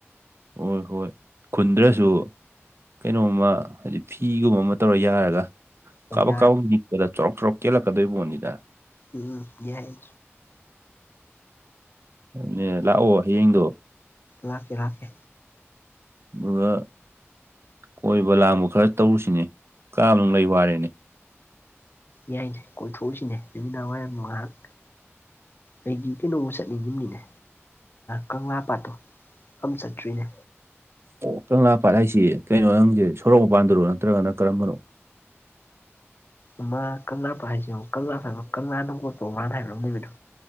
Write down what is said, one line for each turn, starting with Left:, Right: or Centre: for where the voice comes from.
Right: ꯍꯣꯏ ꯍꯣꯏ ꯈꯨꯟꯗ꯭ꯔꯁꯨ ꯀꯩꯅꯣꯝꯃ ꯍꯥꯏꯗꯤ ꯐꯤꯒꯨꯝꯕ ꯑꯃ ꯇꯧꯔ ꯌꯥꯔꯒ
Left: ꯍꯣꯏ
Right: ꯀꯥꯕꯛ
Left: ꯌꯥꯔꯦ
Right: ꯀꯥꯕꯛ ꯅꯤꯛꯄꯗ ꯆꯥꯎꯣꯔꯔꯣꯛ ꯆꯣꯔꯔꯣꯛ ꯀꯦꯜꯂꯛꯀꯗꯣꯏ ꯅꯤꯗ
Left: ꯎꯝ ꯌꯥꯏ
Right: ꯅꯦ ꯂꯥꯛꯑꯣ ꯍꯌꯦꯡꯗꯣ
Left: ꯂꯥꯛꯀꯦ ꯂꯥꯛꯀꯦ
Right: ꯑꯗꯨꯒꯒ ꯀꯣꯏꯕ ꯂꯥꯡꯕ ꯈꯔ ꯇꯧꯔꯨꯁꯤꯅꯦ ꯀꯥꯝꯅꯪ ꯑꯩ ꯋꯥꯔꯦꯅꯦ
Left: ꯌꯥꯏꯅꯦ ꯀꯣꯏꯊꯣꯛꯎꯁꯤꯅꯦ ꯅꯨꯃꯤꯗꯥꯡ ꯋꯥꯏꯔꯝ ꯉꯥꯏꯍꯥꯛ ꯑꯩꯗꯤ ꯀꯩꯅꯣꯝ ꯆꯠꯅꯤꯡꯉꯤꯅꯤꯅꯦ ꯀꯪꯂꯥ ꯄꯥꯠꯇꯣ ꯑꯃ ꯆꯠꯇ꯭ꯔꯤꯅꯦ
Right: ꯑꯣ ꯀꯪꯂꯥ ꯄꯥꯠ ꯍꯥꯏꯁꯤ ꯀꯩꯅꯣ ꯅꯪꯁꯦ ꯁꯣꯔꯣꯛ ꯃꯄꯥꯟꯗꯨꯔꯣ ꯅꯠꯇ꯭ꯔꯒꯅ ꯀꯔꯝꯕꯅꯣ
Left: ꯑꯃ ꯀꯪꯂꯥꯄꯥꯠ ꯍꯥꯏꯁꯤ ꯑꯃꯨꯛ ꯀꯪꯂꯥ ꯍꯥꯏꯕ ꯀꯪꯂꯥ ꯅꯣꯡꯄꯣꯛ ꯇꯔꯣꯕꯥꯟ ꯍꯥꯏꯕ ꯑꯃ ꯂꯩꯕꯗꯣ